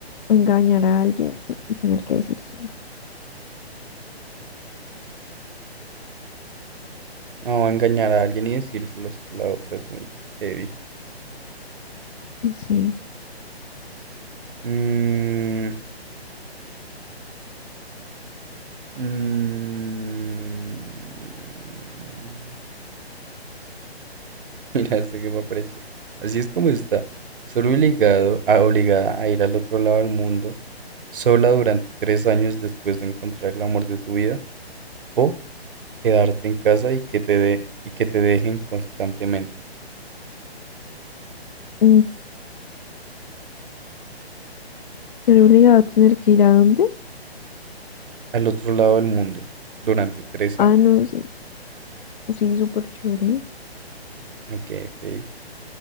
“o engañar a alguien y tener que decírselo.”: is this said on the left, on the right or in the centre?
Left